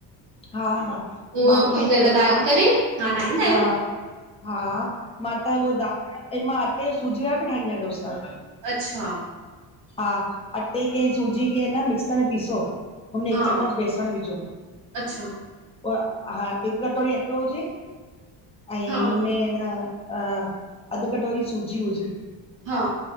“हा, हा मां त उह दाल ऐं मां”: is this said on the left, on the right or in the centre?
Left